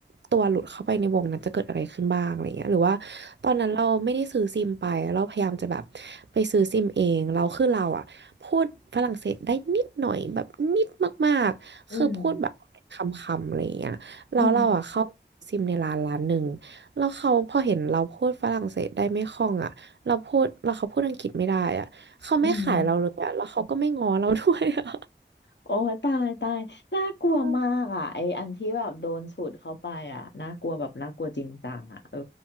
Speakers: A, on the right (about 70°); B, on the left (about 70°).
A: ตัวหลุดเข้าไปในวงนั้นจะเกิดอะไรขึ้นบ้างอะไรเงี้ยหรือว่าตอนนั้นเราไม่ได้ซื้อซิมไปเราพยายามจะแบบไปซื้อซิมเองเราคือเราอ่ะ พูดฝรั่งเศสได้นิดหน่อยแบบนิดมากๆ
B: อืม
A: คือพูดแบบคำๆอะไรอย่างเงี้ยแล้วเราอ่ะเข้า
B: อืม
A: ซิมในร้านร้านหนึ่งแล้วเขาพอเห็นเราพูดฝรั่งเศสได้ไม่คล่องอ่ะเราพูดแล้วเขาพูดอังกฤษไม่ได้อ่ะเขาไม่ขายเราเลยอ่ะแล้วเขาก็ไม่ง้อเราด้วยอ่ะ
B: อืม โอ้ยตายตายน่ากลัวมากอ่ะไออันที่แบบโดนสูดเข้าไปอ่ะน่ากลัวแบบน่ากลัวจริงจังอ่ะเออ
A: อืม